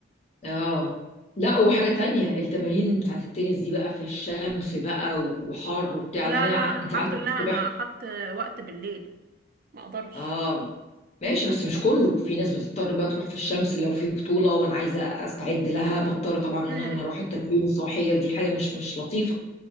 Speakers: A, on the left; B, on the right.
A: اه لا وحاجة تانية التمارين بتاعت التنس دي بقى في الشمس بقى وحر وبتاع
B: لا
A: انا أنا
B: لا
A: ع-
B: انا الحمد
A: انت عندك
B: لله
A: في السباحة
B: انا اخدت وقت بالليل ما اقدرش
A: اه ماشي بس مش كله في ناس بتضطر بقى تروح في الشمس لو في بطولة وانا عايزة استعد لها بضطر طبعا
B: <laughs>
A: ان انا اروح التمارين الصباحية دي حاجة مش مش لطيفة